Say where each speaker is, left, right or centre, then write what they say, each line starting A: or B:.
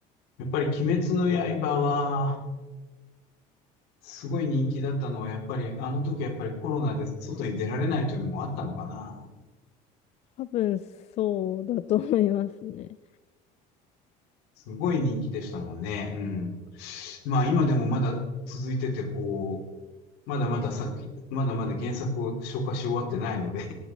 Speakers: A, on the left; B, on the left.
A: やっぱり鬼滅の刃は、すごい人気だったのは、やっぱり、あの時やっぱりコロナで外に出られないというのもあったのかな。
B: 多分そうだと思いますね。
A: すごい人気でしたもんね。うん。まあ今でもまだ続いてて、こう、まだまだ作品、まだまだ原作を消化し終わってないので、